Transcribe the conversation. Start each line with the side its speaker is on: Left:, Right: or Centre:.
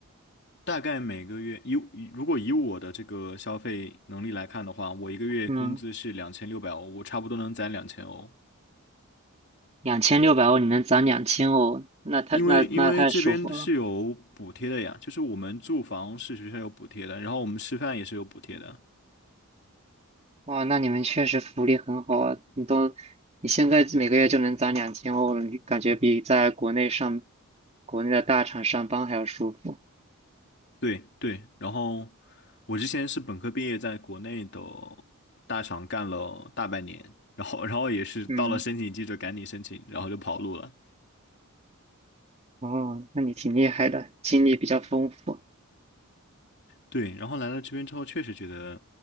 Left: 大概每个月以以如果以我的这个消费能力来看的话，我一个月工资是两千六百欧，
Right: 嗯，
Left: 我差不多能攒两千欧。
Right: 两千六百欧你能攒两千欧，那太那那太舒服了。
Left: 因为因为这边是有补贴的呀，就是我们住房是学校有补贴的，然后我们吃饭也是有补贴的。
Right: 哇，那你们确实福利很好啊！你都，你现在每个月就能攒两千欧了，你感觉比在国内上，国内的大厂上班还要舒服。
Left: 对对，然后我之前是本科毕业，在国内的大厂干了大半年，然后然后也是到了申请季就赶紧申请，
Right: 嗯，
Left: 然后就跑路了。
Right: 哦，那你挺厉害的，经历比较丰富，
Left: 对，然后来了这边之后，确实觉得，